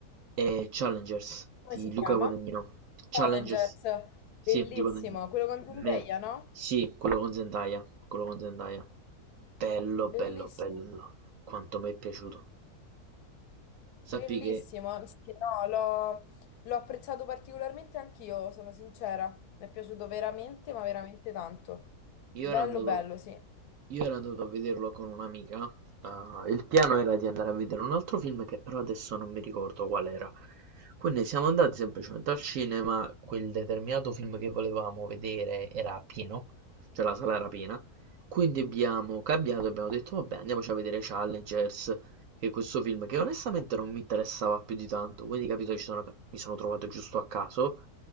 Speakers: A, on the right; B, on the left.
A: è Challengers di
B: Come si
A: Luca
B: chiama?
A: Guadagnino. Challengers,
B: Challengers.
A: sì,
B: Bellissimo,
A: di Guadagnino.
B: quello con
A: Mer-
B: Zendaya, no?
A: sì, quello con Zendaya, quello con Zendaya. Bello, bello,
B: Bellissimo,
A: bello. Quanto mi è piaciuto. Sappi
B: bellissimo.
A: che
B: Sì, no, l'ho l'ho apprezzato particolarmente anch'io, sono sincera. Mi è piaciuto veramente, ma veramente tanto.
A: Io
B: Bello,
A: ero andato,
B: bello, sì.
A: io ero andato a vederlo con un'amica. eh, il piano era di andare a vedere un altro film che però adesso non mi ricordo qual era. Quindi siamo andati semplicemente al cinema, quel determinato film che volevamo vedere era pieno, cioè la sala era piena. Quindi abbiamo cambiato, abbiamo detto vabbè andiamoci a vedere Challengers, che questo film, che onestamente non mi interessava più di tanto, quindi capito, ci sono- mi sono trovato giusto a caso